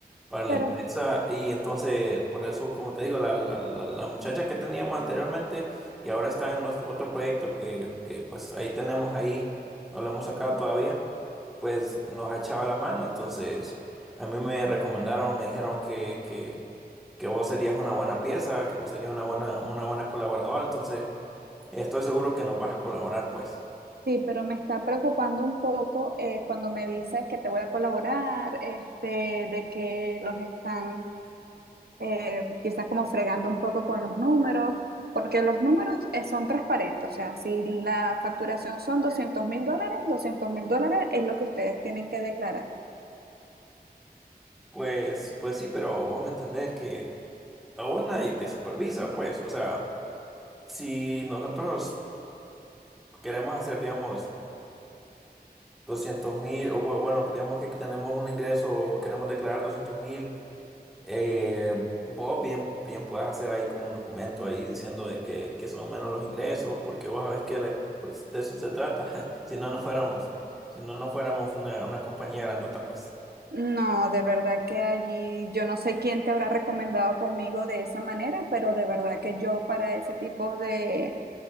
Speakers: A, in the centre; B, on the right (about 75°).
A: para la
B: Pero
A: empresa y entonces, por eso, como te digo, la, la, la, la muchacha que teníamos anteriormente, que ahora está en nuestro otro proyecto que, que pues ahí tenemos ahí, no lo hemos sacado todavía, pues nos echaba la mano. Entonces, a mí me recomendaron, me dijeron que, que, que vos serías una buena pieza, que vos serías una buena, una buena colaboradora. Entonces, estoy seguro que nos vas a colaborar, pues.
B: Sí, pero me está preocupando un poco eh, cuando me dices que te voy a colaborar, este, de que los están eh, quizás como fregando un poco con los números, porque los números eh, son transparentes, o sea, si la facturación son doscientos mil dólares, doscientos mil dólares es lo que ustedes tienen que declarar.
A: Pues, pues sí, pero vos me entendés que a vos nadie te supervisa, pues. O sea, si nosotros queremos hacer, digamos, doscientos mil, o bu- bueno, que digamos que tenemos un ingreso o queremos declarar doscientos mil, eh, vos bien, bien puedes hacer ahí como un documento ahí diciendo de que, que son menos los ingresos, porque vos sabés que la- pues de eso se trata. <laughs> Si no nos fuéramos, si no nos fuéramos una, una compañía grandota, pues.
B: No, de verdad que allí yo no sé quién te habrá recomendado conmigo de esa manera, pero de verdad que yo para ese tipo de,